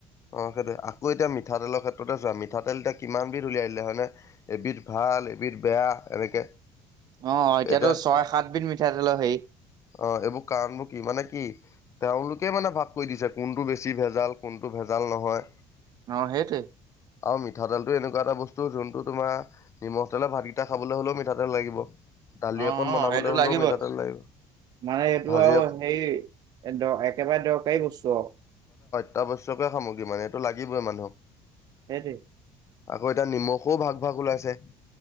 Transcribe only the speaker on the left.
অ সেইটোয়ে আকৌ এতিয়া মিঠাতেলৰ ক্ষেত্ৰতে চোৱা মিঠাতেল এতিয়া কিমান বিধ উলিয়াই আহিলে হয়নে এবিধ ভাল এবিধ বেয়া এনেকে
এতিয়া
অ এইবোৰ কাৰণবোৰ কি মানে কি তেওঁলোক তে মানে ভাগ কৰি দিছে কোনটো বেছি ভেজাল কোনটো ভেজাল নহয়
আৰু মিঠাতেলটো এনেকুৱা এটা বস্তু যোনটো তোমাৰ নিমখ তেলৰ ভাতকেইটা খাবলৈ হলেও মিঠাতেল লাগিব। দালি
অকণ
বনাবলৈ
হ'লেও
মিঠাতেল লাগিব
ভাজি
অত্যাৱশ্যকে সামগ্ৰী মানে এইটো লাগিবই মানুহক।
আকৌ এতিয়া নিমখও ভাগ ভাগ ওলাইছে।